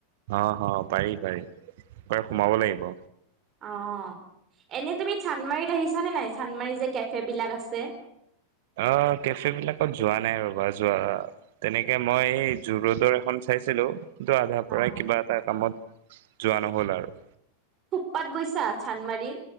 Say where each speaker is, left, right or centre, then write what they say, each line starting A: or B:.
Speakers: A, on the right (about 60°); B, on the right (about 35°).
A: অহ ' হ পাৰি -পাৰি তাতে সোমাব লাগিব।
B: অ', এনে তুমি চান্দমাৰীত আহিছা নে নাই? চান্দমাৰী যে কেফে বিলাক আছে।
A: অ'কেফে বিলাকত যোৱা নাই ৰবা যোৱা তেনেকে মই এই জু-ৰোডৰ এখন চাইছিলো। কিন্তু আধাৰ পৰাই
B: অ
A: কিবা এটা কামত যোৱা নহ'ল আৰু।
B: থুপপাত গৈছা চান্দমাৰিৰ?